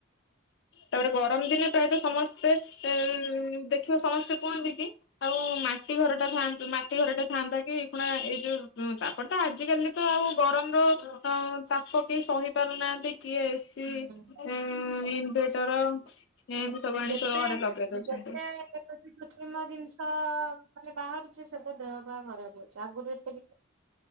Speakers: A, on the left; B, on the right.
A: ତାପରେ ଗରମ ଦିନେ ପ୍ରାୟତଃ ସମସ୍ତେ ଉଁ ଦେଖିବ ସମସ୍ତେ କୁହନ୍ତି କି ଆଉ ମାଟି ଘର ଟା ଥାଆନ୍ତୁ ମାଟି ଘରଟା ଥାଆନ୍ତା କି ଏଖୁଣା ଏଇ ଯୋଉ ଉଁ ପା ପଟା ଆଜିିକାଲି ତ ଆଉ ଗରମର ଅ ତାପ କେହି ସହି ପାରୁନାହାନ୍ତି କିଏ ଶ୍ ତି
B: ହୁଁ।
A: ଏଁ ଇନଭେଟର ଏମତି ସବୁ ଆଣି
B: ଯେତେ
A: ଷର ଘରେ ଲଗେଇ ଦଉଛନ୍ତି।
B: ଯେତେ କୃତ୍ରିମ ଜିନିଷ ମାନେ ବାହାରୁଛି ସେବେ ଦେହ ପା ଖରାପ ହଉଛି ଆଗରୁ ଏତେ ବି